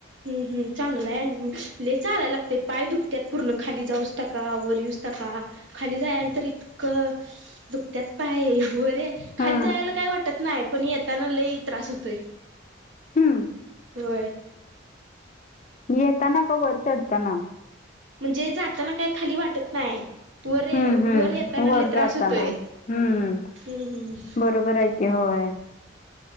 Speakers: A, on the right; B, on the left.
A: हम् हम् चांगलाय चालायला लागते पाय दुखत पूर्ण खाली जाऊच टका वर येऊस टका खाली जायला तर इतकं दुकत्यात पाय वर
B: हम्म
A: खाली जायला काही वाटत नाही पण येताना लई त्रास होतोय
B: हम्म
A: हो
B: येताना का वर चढताना
A: म्हणजे जाताना काय खाली वाटत नाही वर
B: हम्म हम्म
A: वर येताना
B: वर
A: लय
B: जाताना
A: त्रास होतोय.
B: हम्
A: हम्म हम्म
B: बरोबर आहे क होय